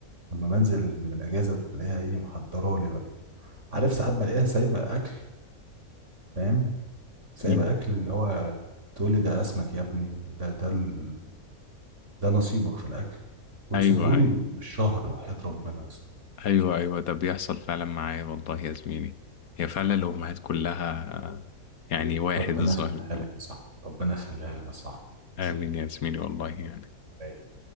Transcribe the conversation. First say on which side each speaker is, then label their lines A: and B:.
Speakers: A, on the right; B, on the left.
A: لما بنزل من الاجازه بلاقيها ايه محضره لي بقى عارف ساعات بلاقيها سايبه اكل فاهم سايبه
B: مم.
A: اكل اللي هو تقول لي ده اسمك يا ابني ده ده ال... ده نصيبك في الاكل وتسيبهولي
B: ايوه ايوه
A: بال- بالشهر وحياة ربنا يا اسطى
B: ايوه ايوه ده بيحصل فعلا معايا والله يا زميلي هي فعلا الامهات كلها آه، يعني واحد
A: ربنا
B: الظاهر
A: يخليها لك يا صاحبي ربنا يخليها لك يا صاحبي
B: امين يا زميلي والله يعني
A: أي.